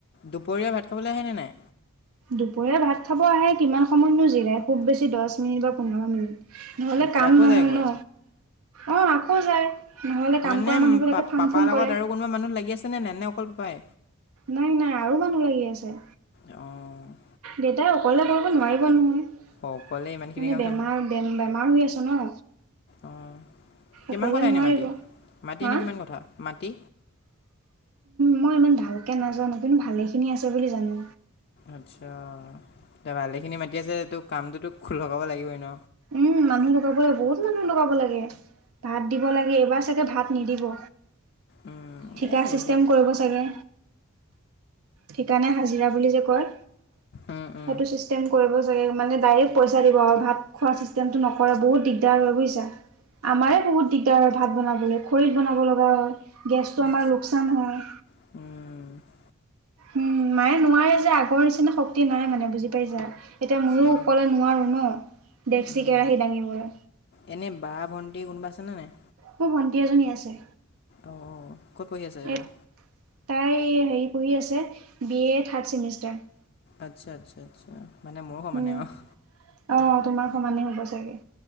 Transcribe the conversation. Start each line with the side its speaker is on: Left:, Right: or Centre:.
Left: দুপৰীয়া ভাত খাবলে আহে নে নাই?
Right: দুপৰীয়া ভাত খাব আহে কিমান সময়নো জিৰাই খুব বেছি দহ মিনিট বা পোন্ধৰ মিনিট। নহ'লে
Left: তাৰপিছত
Right: কাম
Left: আকৌ
Right: নহয়
Left: যায়গৈ
Right: ন, অ আকৌ যায়। নহ'লে কাম
Left: মানে
Right: কৰা মানুহবিলাকে
Left: পা
Right: ফাং
Left: পাপাৰ
Right: ফুং
Left: লগত
Right: কৰে।
Left: আৰু কোনোবা মানুহ লাগি আছে নে নাই, নে অকল পাপাই?
Right: নাই নাই আৰু মানুহ লাগি আছে।
Left: অ'।
Right: দেউতাই অকলে কৰিব নোৱাৰিব নহয়।
Left: অকলে ইমানখিনি
Right: মানে
Left: কাম
Right: বেমাৰ বে বেমাৰ হৈ আছে ন।
Left: অ', কিমান
Right: অকলে
Left: কঠা
Right: নোৱাৰিব
Left: এনে মাটি মাটি
Right: হা
Left: এনে কিমান কঠা মাটি?
Right: মই ইমান ভালকৈ নাজানো কিন্তু ভালেইখিনি আছে বুলি জানো।
Left: আচ্ছা এয়া ভালেখিনি মাটি আছে তোক কামটোতো খো লগাব লাগিবই ন।
Right: উম, মানুহ লগাব লাগ বহুত মানুহ লগাব লাগে। ভাত দিব লাগে এইবাৰ চাগে ভাত নিদিব।
Left: উম,
Right: ঠিকা
Left: এই
Right: ছিষ্টেম
Left: এইবিলাক
Right: কৰিব চাগে। ঠিকানে হাজিৰা বুলি যে কয়
Left: উম উম
Right: সেইটো চিষ্টেম কৰিব। মানে ডাইৰেক্ট পইচা দিব আৰু ভাত খোৱা চিষ্টেমটো নকৰে বহুত দিগদাৰ হয় বুজিছা। আমাৰে বহুত দিগদাৰ হয় ভাত বনাবলৈ খৰীত বনাব লগা হয় গেছটো
Left: উম
Right: আমাৰ লোকচান হয়।
Left: উম।
Right: উম, মায়ে নোৱাৰে যে আগৰ নিচিনা শক্তি নাই মানে বুজি পাইছা। এতিয়া ময়ো
Left: সেই-
Right: অকলে নোৱাৰোঁ ন ডেক্সি
Left: উম
Right: কেৰাহী দাঙিবলৈ।
Left: এনেই বা ভণ্টি কোনোবা আছেনে নাই?
Right: মোৰ ভণ্টি এজনী আছে।
Left: অ', ক'ত পঢ়ি আছে এইবাৰ?
Right: এ তাই হেৰি পঢ়ি আছে বি এ থাৰ্ড চেমিষ্টাৰ।
Left: আচ্ছা আচ্ছা আচ্ছা মানে মোৰ সমানে
Right: উম,
Left: আৰু।
Right: অ', তোমাৰ সমানেই হ'ব চাগে।